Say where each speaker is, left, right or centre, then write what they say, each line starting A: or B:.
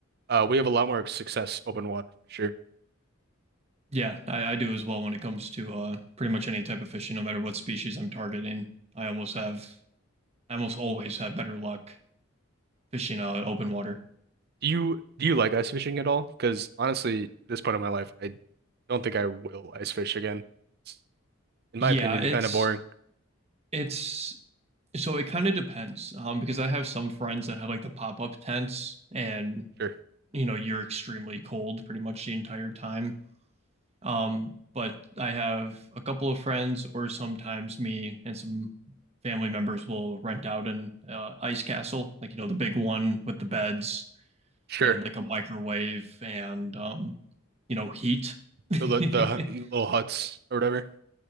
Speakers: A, on the right; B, on the right.
A: uh, we have a lot more success open water for sure.
B: Yeah, I, I do as well when it comes to uh pretty much any type of fishing, no matter what species I'm targeting. I almost have I almost always have better luck fishing uh open water.
A: Do you do you like ice fishing at all? Because honestly, at this point in my life, I don't think I will ice fish again. It's, in
B: Yeah,
A: my opinion,
B: it's
A: kind of boring.
B: it's so it kind of depends. Um, because I have some friends that have like the pop-up tents and
A: Sure,
B: you know you're extremely cold pretty much the entire time Um, but I have a couple of friends, or sometimes me and some family members will rent out an uh, ice castle, like you know the big one with the beds
A: sure.
B: and like a microwave and um, you know heat. <laughs>
A: The li- the hu- little huts or whatever.